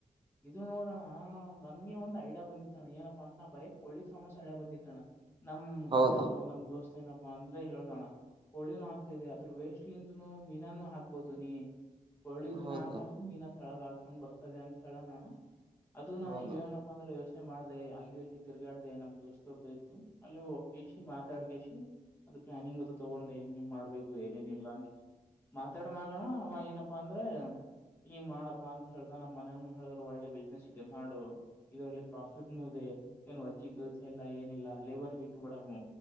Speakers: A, on the left (about 15°); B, on the right (about 35°).
A: ಇದು ನೋಡೋಣ ನನ್ಗೆ ಒಂದು ಐಡಿಯಾ ಬಂದಿತ್ತಣ್ಣ ಏನಪ್ಪಾ ಅಂದ್ರ ನಾ ಬರಕ್ ಒಳ್ಳಿ್ ಸಮಸ್ಯ ಐಡ್ಯಾಾ ಬಂದಿತ್ತಣ್ಣ ನಮ
B: ಹೌದಾ
A: ಮನ್ಯಾಗು ನಮ್ ದೋಸ್ತ್ ಏನಪ್ಪಾ ಅಂದ್ರೆ ಹೇಳ್ದೋಣ ಹಳ್ಳಿನ ಹಾಕ್ತಾ ಇದೆ ಆದ್ರೂ ವೇಸ್ಟ್ಲಿಂದನು ಮೀನಾನು ಹಾಕ್ಬೋದು ನೀ ಒಳ್ಳಿದ್
B: ಹೌದು
A: ಮ್ಯಾಗ ಹಾಕಂಗ ಮೀ ತೊಳಗ ಹಾಕಂಗ ಬರ್ತದೆ ಅಂತ ಹೇಳಣಣ್ಣ ಅದು ನ
B: ಹೌದು
A: ಏನಪ್ಪಾ ಅಂದ್ರೆ ಯೋಚನೆ ಮಾಡಿದೆ ಅಲ್ಲಿ ಅಲ್ಲಿ ತಿರುಗಾಡ್ದ ನಮ್ ದೋಸ್ತವ್ರ್ದು ಇ್ತತ್ತು ಅಲ್ಲಿ ಹೋಗ್ ಕಸಿ ಮಾತಾಡ್ ಕಸಿ ಅದು ಪ್ಲಾನಿಂಗ್ ಅದು ತೊಗೊಂಡೆ ಹೆಂಗಗೆ ಮಾಡ್ಬೇಕು ಏನೇನ ಇಿಲ್ಲ ಅನ್ ಮಾತಾಡ ಮಗೋಣ ಅವ ಏನಪ್ಪಾ ಅಂದ್ರ ಹಂಗ ಮಾಡಪ್ಪಾ ಅಂತ ಹೇಳ್ದ ನಮ ಮನ್ಯಾಗ ಹೇಳ್ರರು ಒಳ್ಳೆ ಬಿಸ್ನೆಸ್ ಇದೆ ಮಾಡು ಇದರಲ್ಲಿ ಪ್ರಾಫಿಟ್ನು ಇದೆ ಏನು ಅಜ್ಜಿ ಕೆಲಸ ಇಲ್ಲ ಏನಿಲ್ಲ ಅಲೆವರ್ಗ ಇಟ್ಬೇಡಮ್ಮ